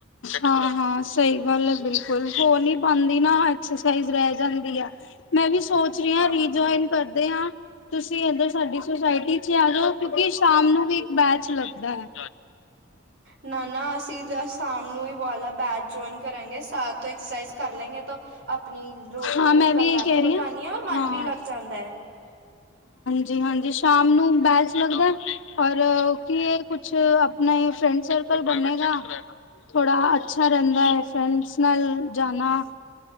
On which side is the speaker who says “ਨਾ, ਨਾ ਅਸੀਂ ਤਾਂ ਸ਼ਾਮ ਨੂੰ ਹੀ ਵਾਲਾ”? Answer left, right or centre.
Right